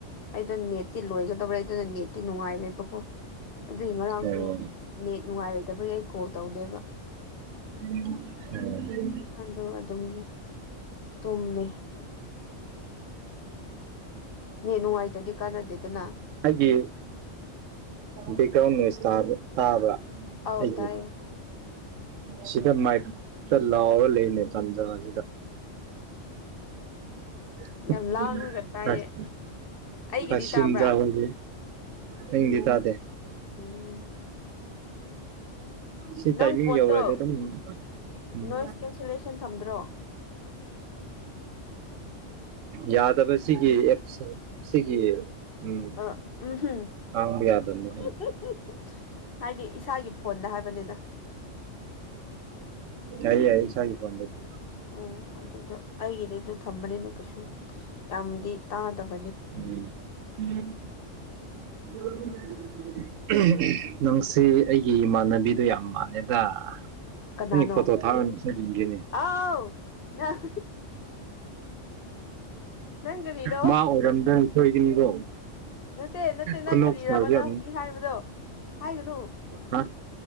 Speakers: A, on the left; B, on the right.
A: ꯑꯩꯗꯣ ꯅꯦꯠꯇꯤ ꯂꯣꯏꯒꯗꯧꯔꯦ ꯑꯗꯨꯅ ꯅꯦꯠꯇꯤ ꯅꯨꯡꯉꯥꯏꯔꯦꯕꯀꯣ ꯑꯗꯨꯏ ꯉꯔꯥꯡꯁꯨ
B: ꯑꯣ
A: ꯅꯦꯠ ꯅꯨꯡꯉꯥꯏꯔꯣꯏꯗꯕꯒꯤ ꯑꯩ ꯀꯣꯜ ꯇꯧꯗꯦꯕ
B: <inaudible>
A: ꯑꯗꯣ ꯑꯗꯨꯝ ꯇꯨꯝꯃꯦ ꯅꯦꯠ ꯅꯨꯡꯉꯥꯏꯇꯗꯤ ꯀꯥꯟꯅꯗꯦꯗꯅ
B: ꯍꯥꯏꯗꯤ ꯕꯦꯛꯒ꯭ꯔꯥꯎꯟ ꯅꯣꯏꯁ ꯇꯥꯕ꯭ꯔ
A: ꯑꯧ
B: ꯑꯩꯒꯤ
A: ꯇꯥꯏꯌꯦ
B: ꯁꯤꯗ ꯃꯥꯏꯞ ꯁꯤꯗ ꯂꯥꯎꯔ ꯂꯩꯅꯦ ꯇꯥꯟꯖꯥꯁꯤꯗ <unintelligible>
A: ꯌꯥꯝ ꯂꯥꯡꯂꯒ ꯇꯥꯏꯌꯦ ꯑꯩꯒꯤꯗꯤ ꯇꯥꯕ꯭ꯔꯥ
B: ꯄꯨꯡꯗꯤ ꯇꯥ
A: ꯎꯝ
B: ꯁꯤ
A: ꯅꯪ
B: ꯇꯥꯏꯃꯤꯡ
A: ꯐꯣꯟꯗꯣ
B: ꯌꯧꯔꯗꯤ ꯑꯗꯨꯝ ꯎꯝ
A: ꯅꯣꯏꯁ ꯀꯦꯟꯁꯦꯂꯦꯁꯟ ꯊꯝꯗ꯭ꯔꯣ
B: ꯌꯥꯗꯕ ꯁꯤꯒꯤ ꯑꯦꯞꯁ ꯁꯤꯒꯤ ꯎꯝ
A: ꯑ ꯎꯝ ꯍꯨꯝ
B: ꯉꯥꯡꯕ ꯌꯥꯗꯕꯅꯦ
A: <inaudible> ꯍꯥꯏꯗꯤ ꯏꯁꯥꯒꯤ ꯐꯣꯟꯗ ꯍꯥꯏꯕꯅꯤꯗ
B: ꯌꯥ ꯌꯥꯏ ꯏꯁꯥꯒꯤ ꯐꯣꯟꯗꯗꯤ
A: ꯑꯣ ꯑꯗꯨꯗꯣ ꯑꯩꯒꯤꯗꯤ ꯑꯗꯨ ꯊꯝꯕꯅꯤꯅ ꯀꯩꯁꯨ ꯌꯥꯝꯗꯤ ꯇꯥꯗꯕ
B: ꯎꯝ ꯎꯝ <inaudible> ꯪ <inaudible> ꯅꯪꯁꯤ ꯑꯩꯒꯤ ꯏꯃꯥꯟꯅꯕꯤꯗꯣ ꯌꯥꯝ ꯃꯥꯜꯂꯦꯗ
A: ꯀꯅꯥꯅꯣ
B: ꯅꯪꯒꯤ ꯐꯣꯇꯣ ꯊꯥꯔꯛꯎꯅꯦ ꯁꯛ ꯌꯡꯒꯦꯅꯦ
A: ꯑꯥꯎ ꯅꯪ ꯅꯪ ꯀꯔꯤꯔꯣ
B: ꯃꯥ ꯑꯣꯏꯔꯝꯗ꯭ꯔꯅ ꯁꯣꯏꯒꯅꯤꯀꯣ
A: ꯅꯠꯇꯦ ꯅꯠꯇꯦ ꯅꯪ
B: ꯈꯨꯅꯣꯛ
A: ꯀꯔꯤꯔꯕ
B: ꯁ꯭ꯇꯥꯏꯜꯁꯦ
A: ꯅꯪ
B: ꯌꯥꯝ
A: ꯍꯨꯖꯤꯛ ꯍꯥꯏꯕꯗꯣ ꯍꯥꯏꯒꯅꯨ
B: ꯍꯥ